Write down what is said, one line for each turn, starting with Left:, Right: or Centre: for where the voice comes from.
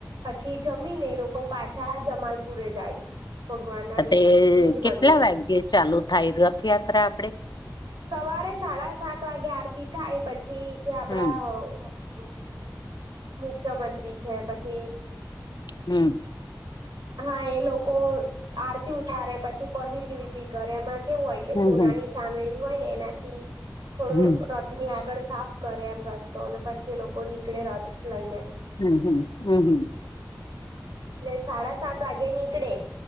Right: પછી જમીને એ લોકો પાછા જમાલપુરેે જાય. ભગવાન ના
Left: અ
Right: નીચ
Left: કેટલા
Right: મંદિરે
Left: વાગે ચાલુ થાય રથયાત્રા આપડે.
Right: સવારે સાડા સાત વાગે આરતી થાય પછી જે આપડા.
Left: હમ
Right: હમ્મ મુખ્ય મંત્રી છે પછી.
Left: હમ્મ.
Right: હા એ લોકો આરતી ઉતારે પછી પહંદ વિધી ઘરેમાં કેવું હોય કે
Left: હમ
Right: સોનાની
Left: હમ
Right: સામેણી હોય ને એનાથી થોડો
Left: હમ
Right: રથ ની આગળ સાફ કરે એમ રસ્તો અને પછી એ લોકો નીકળે રથ લઈને.
Left: હમ્મ હમ્મ હમ્મ હમ્મ.
Right: એટ સાડા સાત વાગે નીકળે